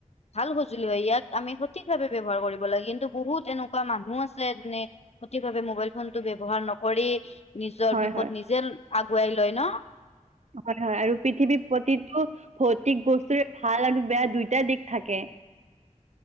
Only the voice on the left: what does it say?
ভাল সঁজুলি হয় ইয়াক আমি সঠিকভাৱে ব্যৱহাৰ কৰিব লাগে কিন্তু বহুত এনেকুৱা মানুহ আছে যোনে সঠিকভাৱে মোবাইল ফোনটো ব্যবহাৰ নকৰি। নিজৰ
বিপদ
নিজে। আগুৱাই লয় ন।